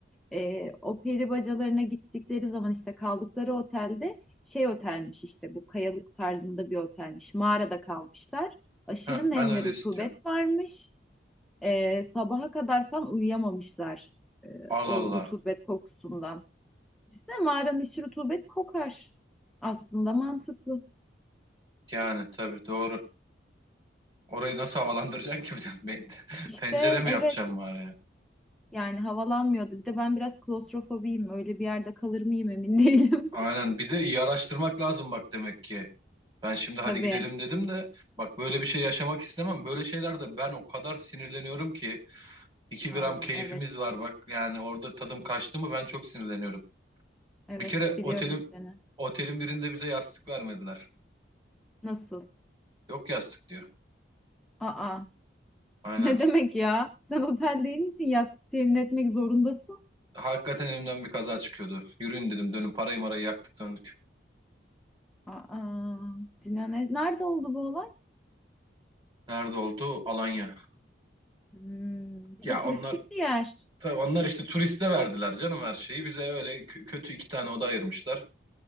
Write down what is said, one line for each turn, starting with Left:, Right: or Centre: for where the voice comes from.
Centre: E, o peri bacalarına gittikleri zaman işte kaldıkları otelde şey otelmiş işte bu kayalık tarzında bir otelmiş. Mağarada kalmışlar. Aşırı
Right: Heh,
Centre: nem
Right: Ben öyle
Centre: ve rutubet
Right: istiyorum.
Centre: varmış. E, sabaha kadar falan uyuyamamışlar e,
Right: Allah
Centre: o
Right: Allah.
Centre: rutubet kokusundan. De mağaranın içi rutubet kokar. Aslında mantıklı.
Right: Yani tabii doğru. Orayı nasıl havalandıracaksın ki bir de? Ben- <laughs>
Centre: İşte
Right: Pencere mi
Centre: evet
Right: yapacağım bari?
Centre: yani havalanmıyordu. Bir de ben biraz klostrofobiyim. Öyle bir yerde kalır mıyım emin değilim.
Right: Aynen. Bir de iyi araştırmak lazım bak demek ki. Ben şimdi hadi
Centre: <laughs> Tabii.
Right: gidelim dedim de bak böyle bir şey yaşamak istemem. Böyle şeylerde ben o kadar sinirleniyorum ki 2
Centre: Aa,
Right: gram keyfimiz
Centre: evet.
Right: var bak. Yani orada tadım kaçtı mı ben çok sinirleniyorum.
Centre: Evet
Right: Bir kere
Centre: biliyorum
Right: otelim
Centre: seni.
Right: otelin birinde bize yastık vermediler.
Centre: Nasıl?
Right: Yok yastık diyor.
Centre: Aa, <laughs>
Right: Aynen.
Centre: ne demek ya? Sen otel değil misin? Yastık temin etmek zorundasın.
Right: Hakikaten elimden bir kaza çıkıyordu. Yürüyün dedim dönün parayı marayı yaktık döndük.
Centre: Aa, Cina ne- nerede oldu bu olay?
Right: Nerede oldu? Alanya.
Centre: Hmm, bir
Right: Ya
Centre: de turistik
Right: onlar
Centre: bir yer.
Right: tabii onlar işte turiste verdiler canım her şeyi. Bize öyle kö- kötü iki tane oda ayırmışlar.